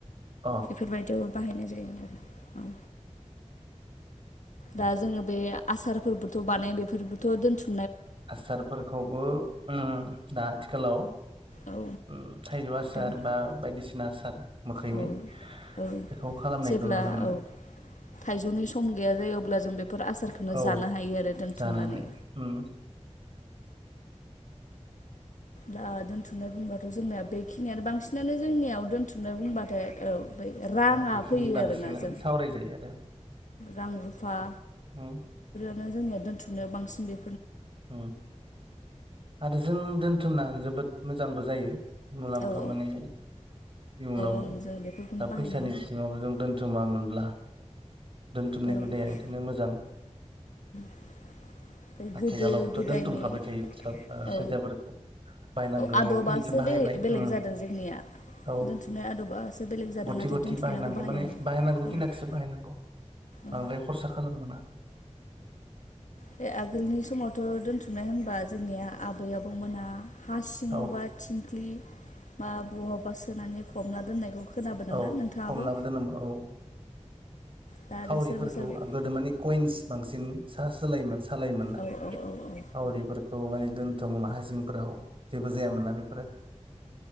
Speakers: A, on the right; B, on the left.
A: अ
B: बेफोरबायदियावबो बाहायनाय जायो औ। दा जोङो बे आसारफोरबोथ' बानायो बेफोरबोथ' दोनथुम
A: आसारफोरखौबो उम दा आथिखालाव ओम
B: औ
A: थाइजौ आसार
B: दोन
A: बा बायदिसिना आसार मोखैनि
B: औ औ
A: बेखौ खालामनायखौ
B: जेब्ला
A: नुनो मोनो
B: औ थाइजौनि सम गैया जायो अ अब्ला जों बेफोर आसारखौनो
A: औ
B: जानो हायो आरो दोनथुमनानै।
A: जानानै उम
B: दा दोन्थुमनाय बुंबाथ' जोंनिया बेखिनियानो बांसिनानो जोंनियाव दोनथुमनाय बुंबाथाय औ बै राङा
A: बेखिनि
B: फैयो
A: बांसिनानो
B: आरोना जों
A: सावरायजायो
B: रां रुफा
A: हम।
B: दा जोंनि दोनथुमनायाव बांसिन बे
A: ओं आरो जों दोनथुमना जोबोद मोजांबो जायो। मुलाम्फा
B: औ औ
A: मानो। इयुनाव
B: ओं जों बेफोरखौनो
A: दा
B: बाहायनाय
A: फैसानि बिथिङावबो जों दोनथुमामोनब्ला दोनथुमनाय
B: औ
A: हुदाया
B: ओमफ्राय
A: ओंखायनो मोजां।
B: <inaudible>
A: आथिखालावबोथ'
B: गोदो गोदायनि
A: दोनथुमखाबाय थायो ओ
B: औ
A: फैसाफोरखौ बाहायनांगौ
B: औ आदबासो
A: खिनिखौ बाहायबाय
B: बे-बेलेग
A: उम
B: जादों जोंनिया
A: औ
B: दोनथुमनाय आदबासो बेलेग जादों
A: गथि
B: नाथाय
A: गथि
B: दोनथुमनायखौ
A: बाहायनांगौ
B: बाहायानो
A: माने बाहायनांगौ
B: औ
A: खिनाखिसो बाहायनांगौ। बांद्राय
B: औ
A: खरसा खालाम नाङा।
B: बे आगोलनि समावथ' दोनथुमनाय होनबा जोंनिया आबै आबौ मोना हा सिङावबा
A: औ
B: थिंख्लि बा बहावबा सोनानै फबना दोननायखौ खोनाबोदोंना
A: औ
B: नोंथाङाबो
A: फबनाबो दोनोमोन औ।
B: दा आरो
A: खावरिफोरखौ
B: सोरबा सोरबा
A: गोदो माने कइन्स बांसिन सा-सोलायोमोन। सालायोमोनना
B: औ औ
A: खावरिफोरखौ
B: औ
A: माने दोन्थुमोन हासिंफोराव। जेबो जायामोनना बेफोरो।